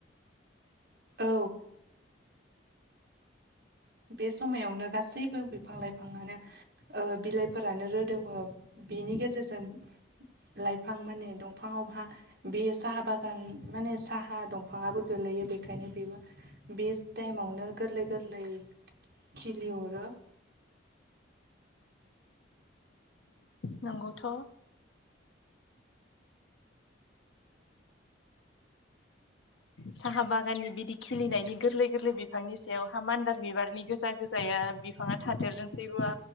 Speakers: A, on the right; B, on the left.
A: औ बे समायावनो गासैबो बिफां लाइफाङानो ओ बिलाइफोरानो रोदोमो बिनि गेजेरजों लाइफां माने दंफाङावहा बे साहा बागान माने साहा दंफाङाबो गोलै यो बेखायनो बेबो बे टाइमावनो गोरलै गोरलै खिलि हरो
B: नंगौथ' साहा बागाननि बिदि खिलिनायनि गोरलै गोरलै बिफांनि सायावहा मान्दार बिबारनि गोजा गोजाया बिफाङा थादेरदोंसैबा